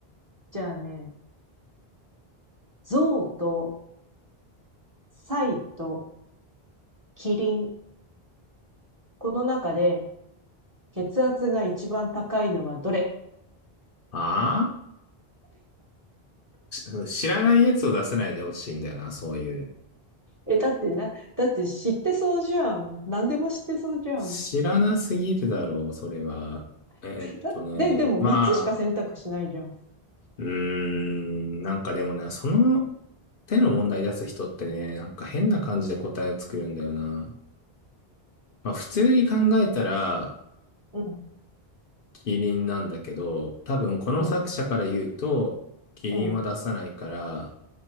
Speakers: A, on the right; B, on the left.
A: じゃあね、象とサイとキリン。この中で血圧が一番高いのはどれ
B: ああ、し知らないやつを出せないでほしいんだよな、そういう。
A: え、だってな、だって知ってそうじゃん。何でも知ってそうじゃん。
B: 知らなすぎるだろう、それは。えーっとね、
A: だ、で、でも3つしか選択しないじゃん。
B: まあ、うーん、なんかでもね、その手の問題出す人ってね、なんか変な感じで答えを作るんだよな。まあ普通に考えたら、
A: うん、
B: キリンなんだけど、多分この作者から言うと、
A: うん、
B: キリンは出さないから、
A: うん、